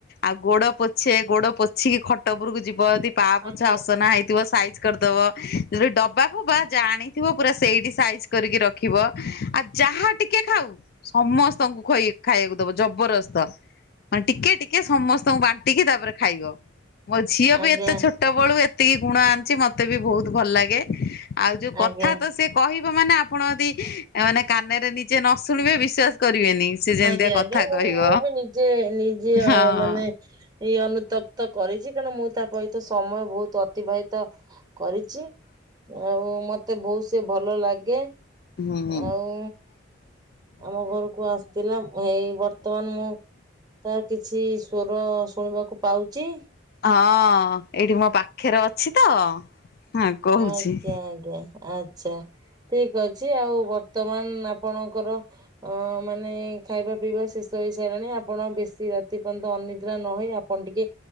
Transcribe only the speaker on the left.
ଆଉ ଗୋଡ ପୋଛେ ଗୋଡ ପୋଛିକି ଖଟ ଉପୁରରକୁ ଯିବି। ପା ପୋଛା
ଅସନା ହେଇଥିବ ସାଇଜ- କରିଦବ। ଯଦି ଡବା ଫବା ଯା ଆଣିଥିବ ପୁରା ସେଇଠି ସାଇଜ କରିକି ରଖିବ। ଆଉ ଯାହା ଟିକେ- ଟିକେ ଖାଉ ସମସ୍ତଙ୍କୁ ଖାଇବାକୁ ଦବ ଜବରଦସ୍ତ। ମାନେ ଟିକେ ଟିକେ ସମସ୍ତଙ୍କୁ ବାଣ୍ଟିକି ତାପରେ ଖାଇବ। ମୋ ଝିଅ
ବି ଏତେ ଛୋଟ ବେଳୁ ଏତିକି ଗୁଣ ଆଣିଛି ମତେ ବି ବହୁତ ଭଲ ଲାଗେ। ଆଉ ଯୋଉ କଥା
ତ ସେ। କହିବ ମାନେ ଆପଣ ଯଦି ମାନେ କାନରେ ନିଜେ ନ ଶୁଣିବେ ବିଶ୍ଵାସ କରିବେନି। ସେ ଯେମିତିଆ
କଥା
କହିବ।
ହଁ
ହୁଁ ହଁ।
ହଁ ଏଇଠି ମୋ ପାଖରେ ଅଛି ତ ହଁ କହୁଛି।